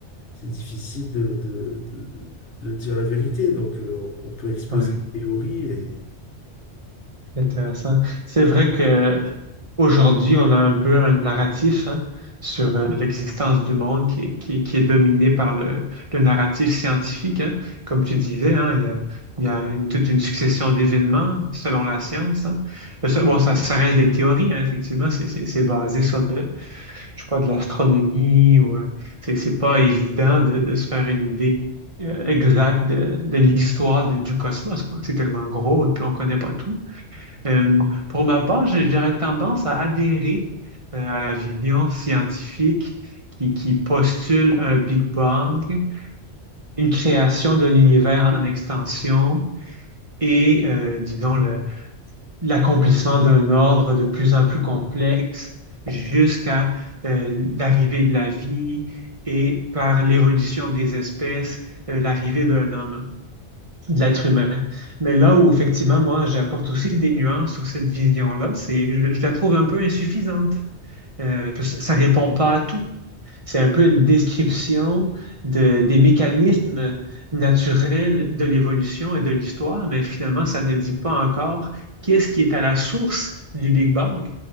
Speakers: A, on the left; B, on the right.
A: c'est difficile de, de, de, de, de dire la vérité. Donc, euh, on peut exposer
B: Ouais.
A: une théorie et.
B: Intéressant. C'est vrai que aujourd'hui, on a un peu un narratif hein, sur euh, l'existence du monde qui est, qui est- qui est dominé par le, le narratif scientifique. hein. Comme tu disais, hein, il y a, il y a une- toute une succession d'événements selon la science. hein. Mais ça- Bon, ça, ça reste des théories, hein, effectivement. C'est c'est- c'est basé sur de, je sais pas, de l'astronomie ou euh, c'est c'est pas évident de, de se faire une idée euh, exacte de, de l'histoire du, du cosmos, quoi. C'est tellement gros et puis on connaît pas tout. Euh, pour ma part, j'ai- j'aurais tendance à adhérer euh, à la vision scientifique qui, qui postule un Big Bang, une création d'un univers en extension et, euh, disons, le- l'accomplissement d'un ordre de plus en plus complexe jusqu'à euh, l'arrivée de la vie et par l'évolution des espèces, euh, l'arrivée d'un homme de l'être humain. Mais là où effectivement, moi, j'apporte aussi des nuances sur cette vision-là, c'est, je, je la trouve un peu insuffisante. Euh, parce que ça répond pas à tout. C'est un peu une description de- des mécanismes naturels de l'évolution et de l'histoire, mais finalement, ça ne dit pas encore qu'est-ce qui est à la source du Big Bang,